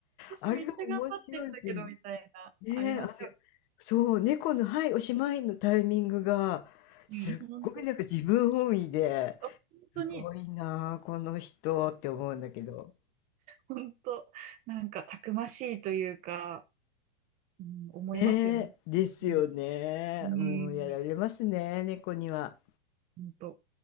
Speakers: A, on the right; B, on the left.
A: 私めっちゃ頑張ってんだけど、
B: あれ面白いですよね。
A: みたいな、
B: ねえ
A: ありますよ。
B: そう、猫の「はい、おしまい」のタイミングが、すっごいなんか自分本位で、
A: うん、本当、本当に、
B: すごいなあ、この人って思うんだけど。
A: 本当、なんかたくましいというか、うん、思いますよね。
B: ねえ、ですよね。
A: うん、う
B: もうやられますね、
A: ん、
B: 猫には。
A: ほんと。